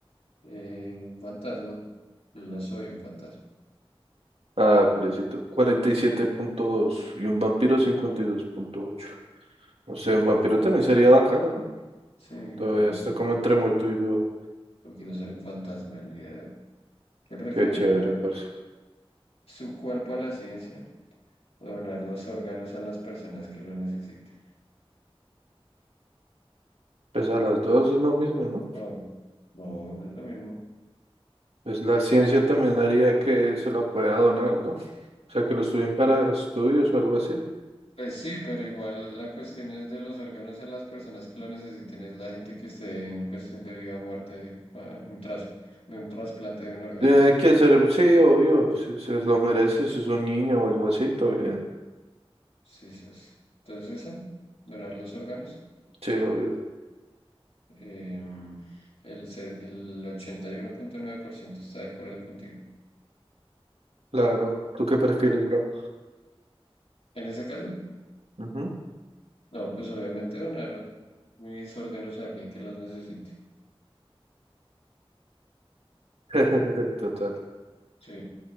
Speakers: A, on the left; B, on the right.
A: Eh, fantasma. Yo ya soy un fantasma.
B: Ah, pobrecito. Cuarenta y siete punto dos y un vampiro cincuenta y dos punto ocho. No sé,
A: Ok.
B: un vampiro también sería bacano, ¿no?
A: Sí,
B: Todavía
A: pero
B: está como entre muerto y vivo.
A: no quiero ser un fantasma el día de hoy. ¿Qué prefiere,
B: Qué chévere,
A: donar
B: parce.
A: su cuerpo a la ciencia o donar los órganos a las personas que lo necesiten?
B: Pues a las dos es lo mismo, ¿no?
A: No, no, no es lo mismo.
B: Pues la ciencia también haría que se la pueda donar, ¿no? O sea, que lo estudien para estudios o algo así.
A: Pues sí, pero igual la cuestión es de los órganos a las personas que lo necesiten, es la gente que esté en cuestión de vida o muerte pa- un tras- de un trasplante de un órgano,
B: Tiene
A: ¿no?
B: que ser, sí, obvio. Si se lo merece, si es un niño o algo así, todo bien.
A: Sí, eso Entonces esa, donar los órganos.
B: Sí, obvio.
A: Em, el, se- el ochenta y uno punto nueve por ciento está de acuerdo contigo.
B: Claro. ¿Tú qué prefieres, bro?
A: En ese caso.
B: Ujú.
A: No, pues obviamente donar mis órganos a alguien que los necesite.
B: <laughs> Total.
A: Sí,